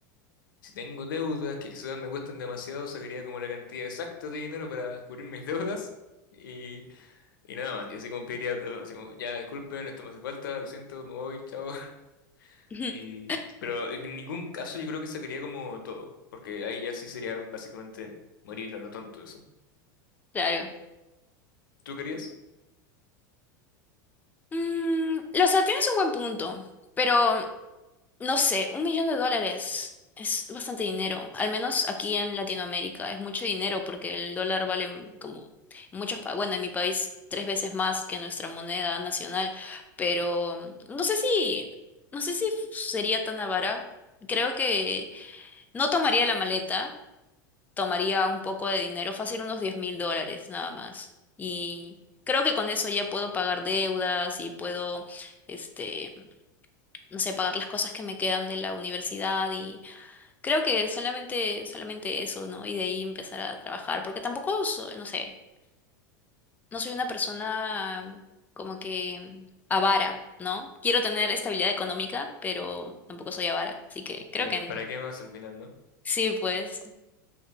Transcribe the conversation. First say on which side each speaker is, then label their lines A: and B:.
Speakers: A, on the left; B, on the left.
A: Si tengo deudas que quizás me cuestan demasiado, sacaría como la cantidad exacta de dinero para cubrir mis deudas y, y nada más. Y así como pediría perdón, así como, ya disculpen, esto me hace falta, lo siento, me voy, chao. <laughs>
B: <laughs>
A: Y, pero en ningún caso yo creo que sacaría como todo, porque ahí ya sí sería básicamente morir a lo tonto eso.
B: Claro.
A: ¿Tú querías?
B: Mm, lo- o sea, tienes un buen punto, pero No sé, un millón de dólares es bastante dinero, al menos aquí en Latinoamérica es mucho dinero porque el dólar vale como en muchos países, bueno, en mi país tres veces más que nuestra moneda nacional, pero mm, no sé si, no sé si f- sería tan avara. Creo que no tomaría la maleta, tomaría un poco de dinero, fácil unos diez mil dólares nada más. Y creo que con eso ya puedo pagar deudas y puedo, este no sé, pagar las cosas que me quedan de la universidad y creo que solamente, solamente eso, ¿no? Y de ahí empezar a trabajar, porque tampoco, so- no sé, no soy una persona mm, como que mm, avara, ¿no? Quiero tener estabilidad económica, pero tampoco soy avara, así que
A: Claro,
B: creo que en-
A: ¿para qué más al final, no?
B: sí, pues.